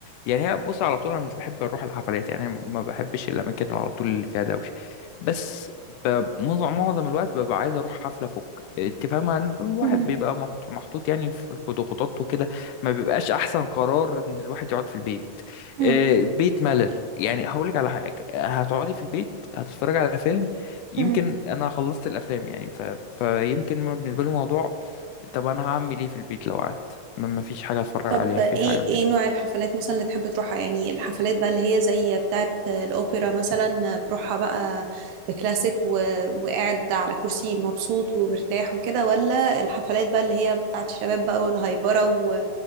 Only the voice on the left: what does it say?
يعني هي بص على طول انا مش بحب اروح الحفلات يعني ما بحبش الاماكن اللي على طول اللي فيها دوشة بس ب... معظم معظم الوقت ببقى عايز اروح حفلة فك انت فاهمة ان الواحد
بيبقى محط- محطوط يعني في في ضغوطات وكده ما بيبقاش احسن قرار ان الواحد يقعد في البيت
آه، بيت ملل يعني هقولك على حاجة هتقعدي في البيت هتتفرجي على فيلم يمكن
انا خلصت الافلام يعني ف... فيمكن بالنسبة لي الموضوع طب انا هعمل ايه في البيت لو قعدت ما ما فيش حاجه اتفرج
عليها ما
فيش حاجه اعملها